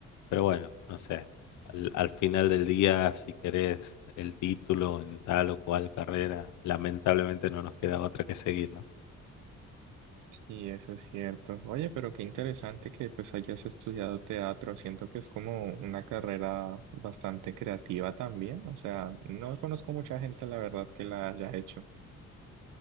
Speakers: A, on the left (about 70°); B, on the right (about 80°).
A: Pero bueno, no sé, al, al final del día, si querés el título en tal o cual carrera, lamentablemente no nos queda otra que seguir, ¿no?
B: Sí, eso es cierto. Oye, pero qué interesante que pues hayas estudiado teatro. Siento que es como una carrera bastante creativa también. O sea, no conozco mucha gente, la verdad, que la haya hecho.